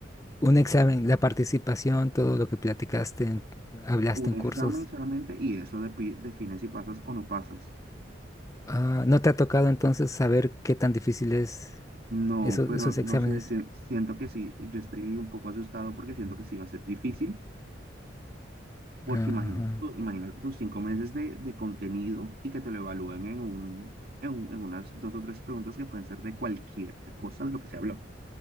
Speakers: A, on the left (about 15°); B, on the right (about 55°).
A: Un examen, la participación, todo lo que platicaste, en- hablaste
B: Un
A: en
B: examen
A: cursos.
B: solamente y eso depi- define si pasas o no pasas.
A: Ah, ¿no te ha tocado entonces saber qué tan difícil es
B: No,
A: eso-
B: pero
A: esos
B: no
A: exámenes?
B: sé, si- siento que sí, yo estoy un poco asustado porque siento que sí va a ser difícil, porque
A: Ajá.
B: imagínate, tú- imagínate tus cinco meses de, de contenido y que te lo evalúen en un, en un- en unas dos o tres preguntas que pueden ser de cualquier cosa de lo que se habló.